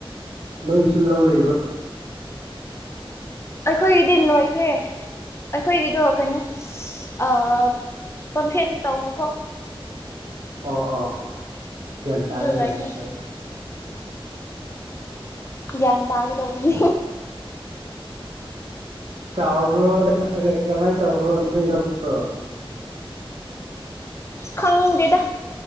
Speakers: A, on the right; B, on the left.
A: ꯅꯣꯏꯒꯤꯁꯨ ꯂꯧ ꯂꯩꯕ꯭ꯔꯥ
B: ꯑꯩꯈꯣꯏꯒꯤꯗꯤ ꯂꯣꯏꯈ꯭ꯔꯦ ꯑꯩꯈꯣꯏꯒꯤꯗꯣ ꯀꯩꯅꯣ ꯑꯥ ꯄꯝꯐꯦꯟ ꯇꯧꯔꯀꯣ
A: ꯑꯣ ꯑꯣ ꯒ꯭ꯌꯥꯟ ꯇꯥꯔꯦ
B: ꯑꯗꯨ ꯂꯣꯏꯈ꯭ꯔꯦ
A: ꯒ꯭ꯌꯥꯟ ꯇꯥꯔꯦ
B: ꯎꯝ ꯒ꯭ꯌꯥꯟ ꯇꯥꯒꯗꯧꯕꯅꯤ
A: ꯆꯥꯎꯕ꯭ꯔꯣ ꯅꯠꯇ꯭ꯔꯒ ꯀꯃꯥꯏ ꯇꯧꯕ꯭ꯔꯣ ꯅꯣꯢ ꯂꯧꯗꯣ
B: ꯈꯪꯗꯦꯗ